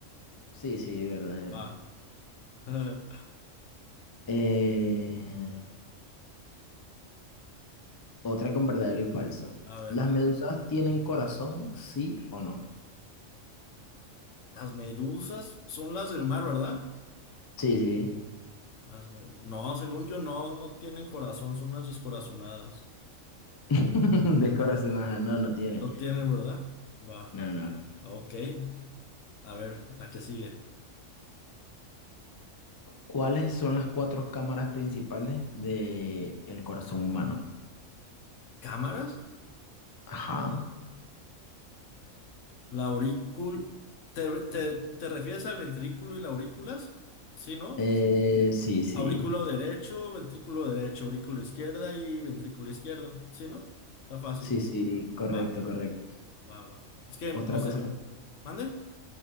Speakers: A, on the left; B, on the left.
A: sí, sí, verdadero.
B: Va. <laughs>
A: Eh, Otra con verdadero y falso.
B: A ver.
A: ¿Las medusas tienen corazón, sí o no?
B: Las medusas son las del mar, ¿verdad?
A: Sí, sí.
B: Las me- No, según yo, no, no tienen corazón, son unas descorazonadas.
A: <laughs> Descorazonadas. No, no tiene.
B: No tienen, ¿verdad? Va.
A: No, no.
B: Ok. A ver, la que sigue.
A: ¿Cuáles son las cuatro cámaras principales del corazón humano?
B: ¿Cámaras?
A: Ajá.
B: La aurícula. ¿Te, te- te refieres al ventrículo y la aurículas? Sí, ¿no?
A: Eh, sí, sí.
B: Aurículo derecho, ventrículo derecho, aurícula izquierda y ventrículo izquierdo. ¿Sí, no? Está fácil.
A: Sí, sí. Correcto,
B: Va,
A: correcto.
B: va, va. Es que
A: Otra
B: no sé.
A: cosa,
B: ¿Mande?